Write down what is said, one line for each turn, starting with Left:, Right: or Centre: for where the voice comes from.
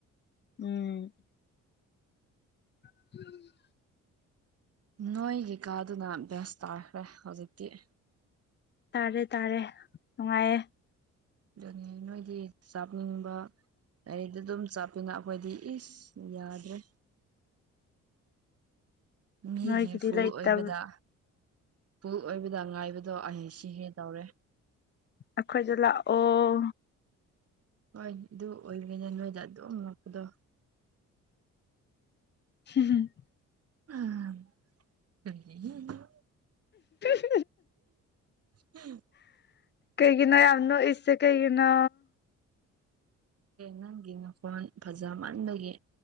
Left: ꯎꯝ <inaudible>
Right: ꯅꯣꯏꯒꯤ ꯀꯥꯗꯨꯅ ꯕꯦꯁ ꯇꯥꯈ꯭ꯔꯦ ꯍꯧꯖꯤꯛꯇꯤ
Left: ꯇꯥꯔꯦ- ꯇꯥꯔꯦ ꯅꯨꯡꯉꯥꯏꯌꯦ꯫
Right: ꯑꯗꯨ ꯅꯣꯏꯗꯤ ꯆꯥꯞꯅꯤꯡꯕ ꯔꯤꯗ ꯑꯗꯨꯝ ꯑꯗꯨꯅ ꯑꯈꯣꯏꯗꯤ ꯏꯁ ꯌꯥꯗ꯭ꯔꯦ꯫ ꯃꯤꯒꯤ
Left: ꯅꯣꯏꯒꯤꯗꯤ
Right: ꯐꯨꯜ
Left: ꯂꯩꯇꯕ
Right: ꯑꯣꯏꯕꯗ ꯐꯨꯜ ꯑꯣꯏꯕꯗ ꯉꯥꯏꯕꯗꯣ ꯑꯩ ꯁꯤꯒꯦ ꯇꯧꯔꯦ꯫
Left: ꯑꯈꯣꯏꯗ ꯂꯥꯛꯑꯣ
Right: ꯍꯣꯏ ꯑꯗꯨ ꯑꯣꯏꯕꯦꯅꯦ ꯅꯣꯏꯗ ꯑꯗꯨꯝꯉꯛꯄꯗꯣ
Left: ꯍꯝ
Right: <inaudible>
Left: ꯎꯝ
Right: ꯎꯝ
Left: ꯀꯩꯒꯤꯅꯣ ꯌꯥꯝ ꯅꯣꯛꯏꯁꯦ ꯀꯩꯒꯤꯅꯣ
Right: ꯅꯪꯒꯤ ꯅꯈꯣꯟ ꯐꯖꯃꯟꯕꯒꯤ